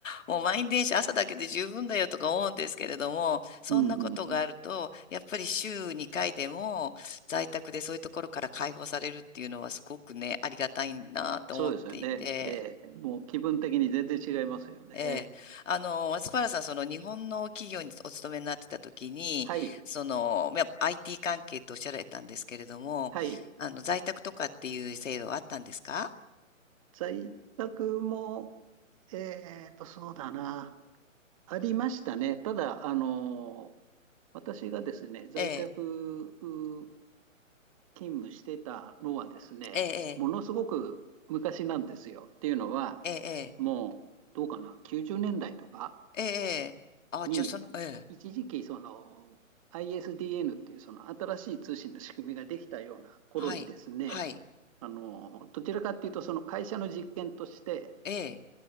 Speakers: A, on the left; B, on the right.
A: もう満員電車朝だけで十分だよとか思うんですけれども、そんなことがあると、
B: うん、うん。
A: やっぱり週2回でも在宅でそういうところから解放されるっていうのはすごくね、ありがたいなと思っていて、
B: そうですよね。えーもう気分的に全然違いますよね。
A: ええ、あの、松原さん、その日本の企業にお勤めになってた時に、
B: はい。
A: その、やっぱ IT 関係とおっしゃられたんですけれども、
B: はい。
A: あの、在宅とかっていう制度はあったんですか
B: 在宅も、えーと、そうだな。ありましたね。ただ、あのー私がですね、在宅う
A: ええ、
B: 勤務してたのはですね、
A: ええ、
B: ものすごく昔なんですよ。っていうのは、
A: ええ、
B: もう、どうかな、90年代とか、
A: ええ、ええ、あ、
B: に、
A: じゃあその、ええ、
B: 一時期その ISDN っていうその新しい通信の仕組みができたような頃にですね、
A: はい、はい、
B: あの、どちらかっていうとその会社の実験として、
A: ええ、